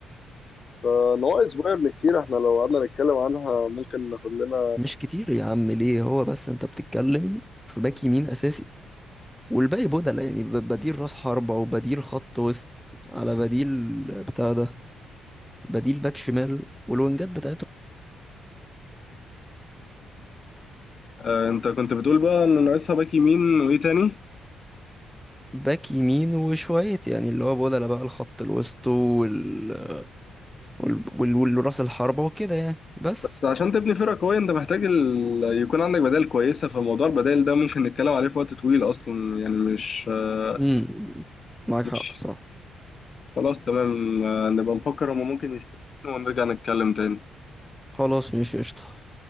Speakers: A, on the left; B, in the centre.
A: فنواقص بايرن كتير احنا لو قعدنا نتكلم عنها ممكن ناخد لنا
B: مش كتير يا عم ليه هو بس انت بتتكلم في باك يمين اساسي والباقي بدل يعني ب- بديل راس حربة وبديل خط وسط على بديل بتاع ده بديل باك شمال والوينجات بتاعته
A: آه، انت كنت بتقول بقى ان ناقصها باك يمين وايه تاني
B: باك يمين وشوية يعني اللي هو بدل بقى الخط الوسط وال... وال... وال... والراس الحربة وكده يعني بس
A: بس عشان تبني فرقة قوية انت محتاج ال... يكون عندك بدائل كويسة فموضوع البدائل ده ممكن نتكلم عليه في وقت طويل اصلا يعني مش آه،
B: امم معاك
A: مش
B: حق بصراحة
A: خلاص تمام آه، نبقى نفكر هما ممكن يشتروا ونرجع نتكلم تاني
B: خلاص ماشي قشطة